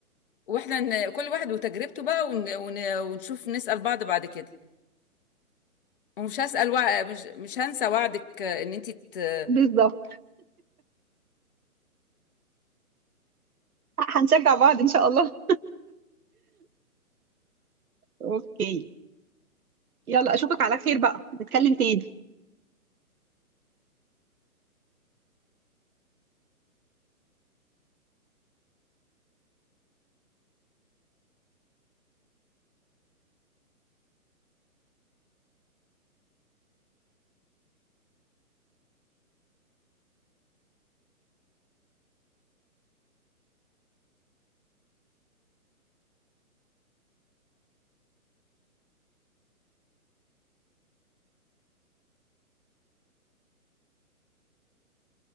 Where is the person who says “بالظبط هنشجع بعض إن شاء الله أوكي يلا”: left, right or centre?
Right